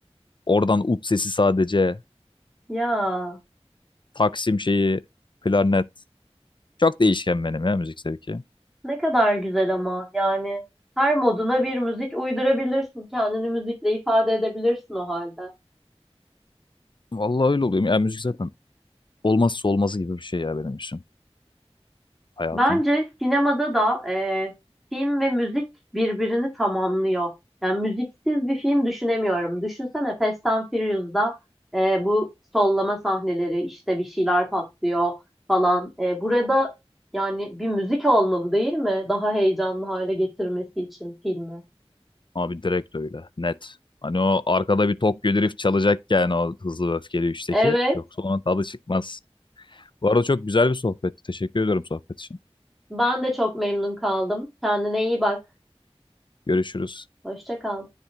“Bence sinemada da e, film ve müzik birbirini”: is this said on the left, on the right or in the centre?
Centre